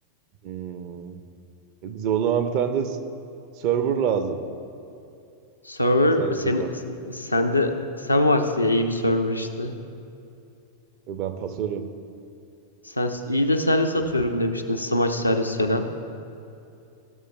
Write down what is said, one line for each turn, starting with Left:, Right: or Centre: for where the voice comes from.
Right: Hmm. E bize o zaman bir tane de s- server lazım.
Left: Server
Right: Servis
Left: sen,
Right: atan.
Left: sen de sen varsın ya iyi bir server işte.
Right: E ben pasörüm.
Left: Sen s- iyi de servis atıyorum demiştin. Smaç servis falan.